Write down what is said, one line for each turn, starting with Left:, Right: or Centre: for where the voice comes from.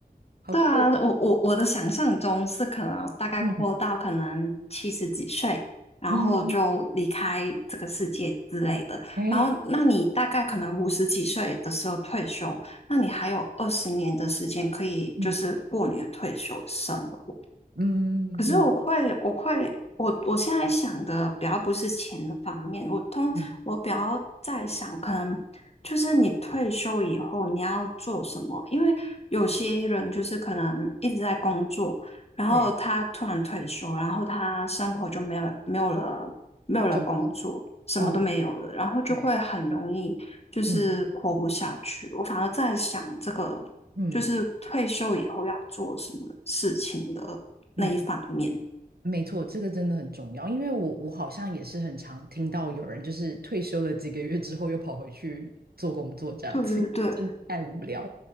Right: 好酷哦
Left: 对啊，我我我的想象中是可能大概活到可能七十几岁，
Right: 嗯
Left: 然后就离开这个世界之类的。
Right: 嗯嗯，哎，
Left: 然后，那你大概可能五十几岁的时候退休，
Right: 嗯
Left: 那你还有二十年的时间可以就是过你的退休生活。
Right: 嗯嗯嗯
Left: 可是我会，我会，我我现在想的比较不是钱的方面，我通我比较在想，
Right: 嗯，
Left: 可能就是你退休以后你要做什么，因为有些人就是可能一直在工作，然后他突然退休，
Right: 对，
Left: 然后他生活就没有没有了没有了工作，
Right: 重
Left: 什么都没有了，
Right: 哦，对对，
Left: 然后就会很容易就是活不下去。
Right: 嗯
Left: 我反而在想这个。
Right: 嗯
Left: 就是退休以后要做什么事情的那一方面。
Right: 嗯。没错，这个真的很重要，因为我我好像也是很常听到有人就是退休了几个月之后又跑回去做工作这样子，
Left: 对对对，
Right: <laughs> 真的太无聊。